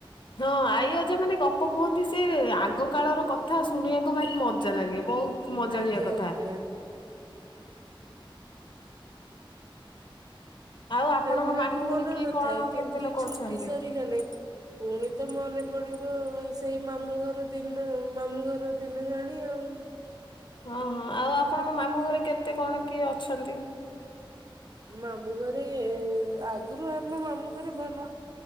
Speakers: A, on the left; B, on the right.
A: ହଁ ଆଇ ଅଜା ମାନେ ଗପ କୁହନ୍ତି ସେ ଆଗ କାଳର କଥା ଶୁଣିବାକୁ ଭାରି ମଜା ଲାଗେ। ବହୁତ ମଜାଳିଆ
B: ଆଜ୍ଞା
A: କଥା
B: ଆଜ୍ଞା।
A: ଆଉ ଆପଣଙ୍କ
B: ଫେରିବାକୁ
A: ମାମୁଁ ଘରେ
B: ମନ
A: କିଏ
B: ନଥାଏ
A: କଣ
B: କିନ୍ତୁ
A: କେତେ ଲୋକ
B: ଛୁଟି
A: ଅଛନ୍ତି?
B: ସରିଗଲେ- ଫୁଣି ତ ମନେ ପଡିବ ସେଇ ମାମୁଁ ଘର ଦିନ ମାମୁଁ ଘର ଦିନ ଜାଣି ଆଉ
A: ହଁ ହଁ। ଆଉ ଆପଣଙ୍କ ମାମୁଁ ଘରେ କେତେ କଣ କିଏ ଅଛନ୍ତି?
B: ମାମୁଁ ଘରେ ଆଗରୁ ଆମ ମାମୁଁ ଘରେ ଭଲ